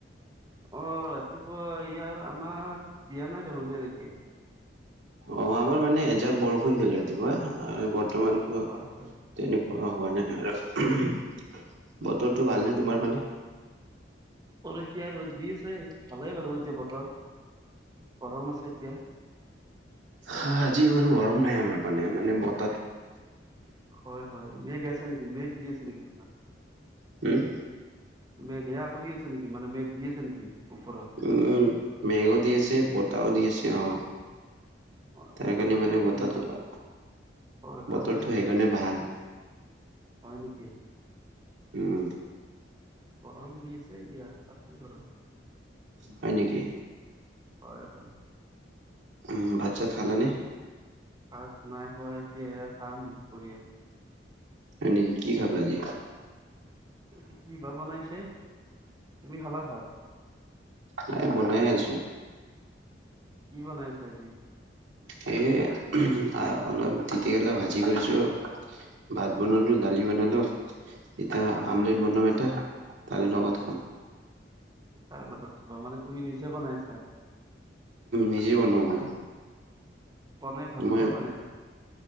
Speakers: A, on the right; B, on the right.
A: অ ৰাতিপুৱা ইয়াৰ আমাৰ দিয়া নাই দেখোন এনেকে।
B: অ আমাৰ মানে এজাক বৰষুণ দিলে ৰাতিপুৱা, বৰ্তমানতো
A: হয় হয়
B: তেনেকুৱ- হোৱা নাই। বতৰটো ভালনে তোমাৰ ফালে?
A: তোৰ এতিয়া ৰ'দ দি আছে, ভালেই বাৰু এতিয়া বতৰ গৰম আছে এতিয়া।
B: হ আজি ইমান গৰম নাই আমাৰ মানে মানে ব <unintelligible>
A: হয় হয় মেঘ আছে, নেকি মেঘ দি আছে নেকি তোমাক?
B: হম?
A: মেঘ হেয়া পৰি আছে নেকি, মানে মেঘ দি আছে নেকি? ওপৰত
B: উম মেঘো দি আছে, বতাও দি আছে অ।
A: অ
B: তাৰ কাৰণে
A: আমাৰ
B: মানে
A: ইয়াত
B: বতৰটো
A: উম হয় হয়
B: বতৰটো
A: আমাৰ
B: সেইকাৰণে ভাল।
A: পান প
B: উম,
A: কম দছে <unintelligible> সেই কৰ <unintelligible>
B: হয় নেকি?
A: হয় হয়।
B: উম ভাত চাত খালা নে?
A: <unintelligible>
B: হয় নেকি কি খাবা আজি?
A: ই কি ভাত বনাইছে। তুমি খালা ভাত?
B: নাই, বনাই আছো।
A: কি বনাইছে আজি?
B: <unintelligible> ভাজি কৰিছো। ভাত বনালোঁ,
A: অ
B: দালি বনালোঁ। ইতিয়া
A: হয়
B: আমলেট
A: হয়
B: বনাম এটা, তে লগত খাম।
A: তাৰ লগত বা মানে তুমি নিজে বনাইছা?
B: নিজেই বনোৱা মই
A: পণাই ভাল
B: মই
A: পোৱা মানে